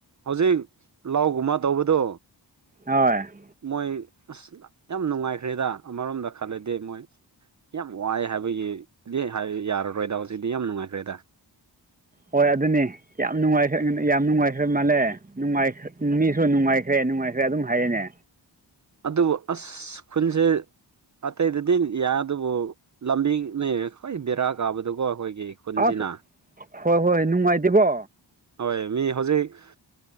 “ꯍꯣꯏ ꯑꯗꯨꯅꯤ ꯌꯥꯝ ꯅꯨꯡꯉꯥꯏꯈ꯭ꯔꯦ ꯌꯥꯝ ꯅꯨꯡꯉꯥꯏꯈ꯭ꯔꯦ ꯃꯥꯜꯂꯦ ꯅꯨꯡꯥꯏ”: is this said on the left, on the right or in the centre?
Right